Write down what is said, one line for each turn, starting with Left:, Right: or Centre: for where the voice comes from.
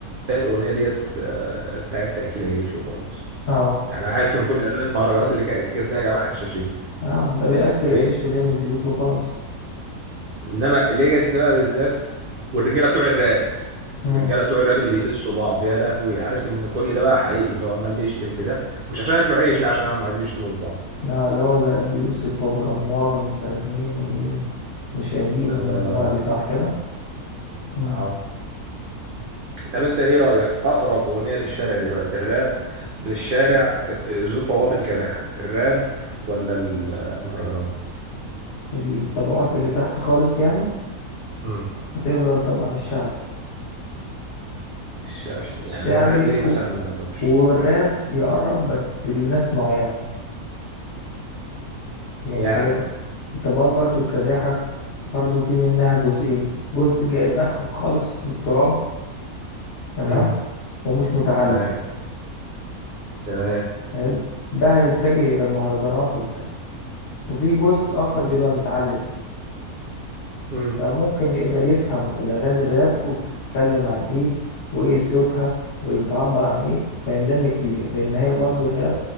Right: تلاقي الأغنية ديت آه، بتاعت تأكيل عيش وخلاص
Left: اه
Right: يعني أنا عارف إن كل أغاني المهرجانات اللي كا- كاتبينها يا جماعة حشاشين
Left: اه ده بيأكل
Right: أوكي
Left: عيش ويلم فيوز وخلاص
Right: إنما الليجاسي ده بقى بالذات والرجالة بتوع الراب
Left: مم.
Right: الرجالة بتوع الراب اللي بيدسوا بعض يا لهوي عارف إن كل ده بقى حقيقي اللي هو عمال بيشتم في ده مش عشان ياكلوا عيش لا عشان هم عايزين يشتموا في بعض
Left: لا اللي هو زي أبو يوسف وأبو الأنوار ومش عارف مين ومين وشاهين
Right: الله
Left: والمجموعة
Right: ينور عليك
Left: دي صح كده مم.
Right: أهو طب انت ايه رأيك اقرب اغنية للشارع دلوقتي الراب للشارع ذو الطبقات الكادحة الراب ولا المهرجانات
Left: الطبقات اللي تحت خالص يعني
Right: امم
Left: هتفضل طبعا الشعبي
Right: الش- الش- يعني
Left: الشعبي
Right: الراب ليه مثلا
Left: و...
Right: ما يقربش
Left: والراب يقرب بس لناس معينة يعني
Right: يعني
Left: خلي بالك الطبقات برضو الكداحة برضو في منها جزئين جزء جايب آخره خالص في التراب تمام
Right: امم
Left: ومش متعلم
Right: تمام تمام
Left: حلو ده هيتجه إلى المهرجانات وبتاع وفي جزء آخر بيبقى متعلم
Right: امم
Left: فممكن يقدر يفهم الأغاني الراب وبتتكلم عن إيه وإيه أسلوبها وبتعبر عن إيه فيندمج فيها لأن هي برضو الراب